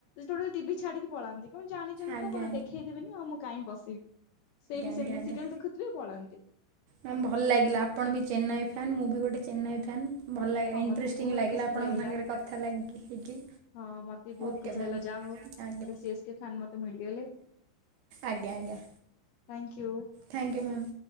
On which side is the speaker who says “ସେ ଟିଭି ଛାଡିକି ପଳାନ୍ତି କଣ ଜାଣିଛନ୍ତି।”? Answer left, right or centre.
Left